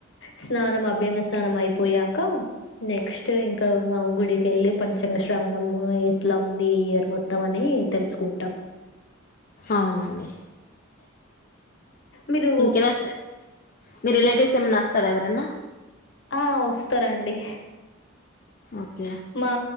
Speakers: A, on the left; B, on the left.
A: స్నానం అభ్యంగ స్నానం అయిపోయాక నెక్స్ట్ ఇంకా గుడికిెల్లి పంచంగ శ్రావణం ఎట్లా ఉంది ఈ ఇయర్ మొత్తం అని తెలుసుకుంటాం
B: అవునండి
A: మీరు
B: ఇంకేదస్తె మీ రిలేటివ్స్
A: బొ
B: ఏమన్నాస్తా స్తర ఎవరన్నా
A: ఆ వస్తారండి
B: ఓకే
A: మా